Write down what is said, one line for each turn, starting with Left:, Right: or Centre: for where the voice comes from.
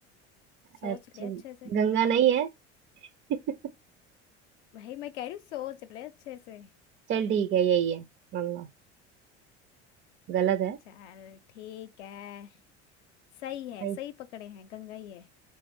Left: सोच
Right: अच्छा
Left: ले अच्छे से
Right: गंगा नहीं है <laughs>
Left: भाई मैं कह रही हूँ सोच ले अच्छे से
Right: चल ठीक है यही है गंगा गलत है
Left: चल ठीक है सही है
Right: नहीं
Left: सही पकड़े हैं गंगा ही है